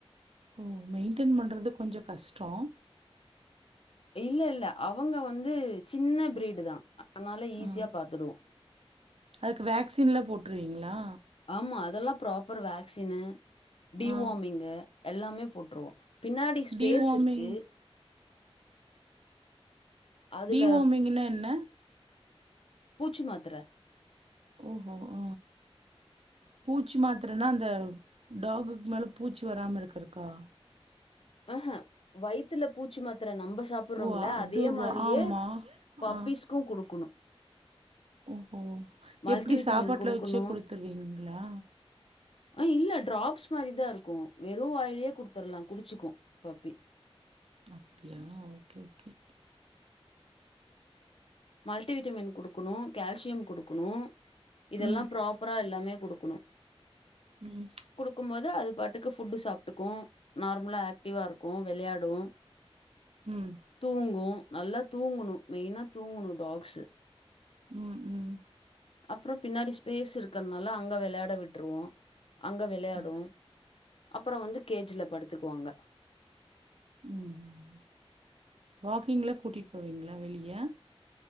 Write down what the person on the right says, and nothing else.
ம் மெயின்டென் பண்றது கொஞ்சம் கஷ்டம்
ஆ
அதுக்கு வேக்சின்ல போட்டுருவீங்களா
ஆ
டிவார்மிங்
டிவாமிங்ன்ன என்ன
ஓஹோ ஹ பூச்சி மாத் அந்த டாகு மேலே பூச்சி வராம இருக்குறதுக்கா
ஓ அது
ஆமா
ஆஹ்
ஓஹோ
எப்படி
சாப்பாட்டுல
வச்சே குடுத்துருவீங்களா
அப்டியா ஓகே ஓகே
ம்
ம்
ம்
ம் ம்
ம்
ம் வாக்கிங்லா கூட்டிட்டு போவீங்களா வெளிய